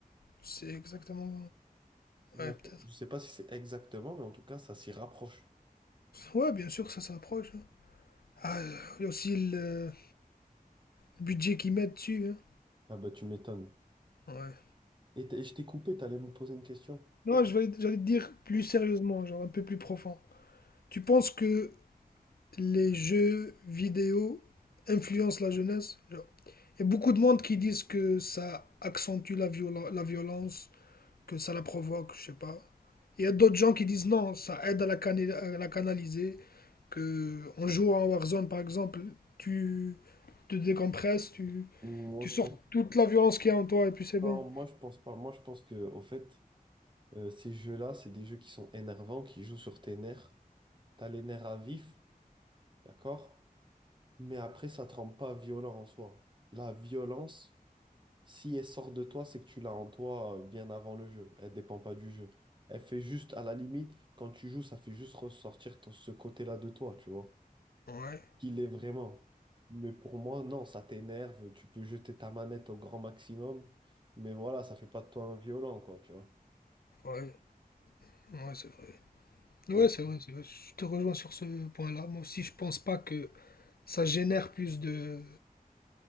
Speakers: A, on the left; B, on the right.
A: C'est exactement,
B: Ouais,
A: ouais, peut-être.
B: je sais pas si c'est exactement, mais en tout cas, ça s'y rapproche.
A: Ouais, bien sûr, ça s'approche. hein. Ah, il y a aussi le, Le budget qu'ils mettent dessus. hein.
B: Ah bah tu m'étonnes.
A: Ouais.
B: Et, t- et je t'ai coupé, t'allais me poser une question.
A: Non, je vais- j'allais te dire plus sérieusement, genre un peu plus profond. Tu penses que les jeux vidéo influencent la jeunesse? Genre, Il y a beaucoup de monde qui disent que ça accentue la violo- la violence, que ça la provoque, je sais pas. Il y a d'autres gens qui disent non, ça aide à la, cana- à la canaliser, que en jouant à Warzone par exemple, tu te décompresses, tu,
B: Moi,
A: tu
B: je
A: sors
B: pense...
A: toute la violence qu'il y a en toi et puis c'est
B: Non,
A: bon.
B: moi, je pense pas. Moi, je pense que, au fait, euh, ces jeux-là, c'est des jeux qui sont énervants, qui jouent sur tes nerfs. T'as les nerfs à vif, d'accord? Mais après, ça te rend pas violent en soi. La violence, si elle sort de toi, c'est que tu l'as en toi euh, bien avant le jeu. Elle dépend pas du jeu. Elle fait juste, à la limite, quand tu joues, ça fait juste ressortir ton- ce côté-là de toi, tu vois.
A: Ouais,
B: qu'il est vraiment. Mais pour moi, non, ça t'énerve, tu peux jeter ta manette au grand maximum, mais voilà, ça fait pas de toi un violent, quoi, tu vois.
A: ouais. Ouais, c'est vrai.
B: Tu
A: Ouais,
B: vois?
A: c'est vrai, c'est vrai. Je te rejoins sur ce point-là. Moi aussi, je pense pas que ça génère plus de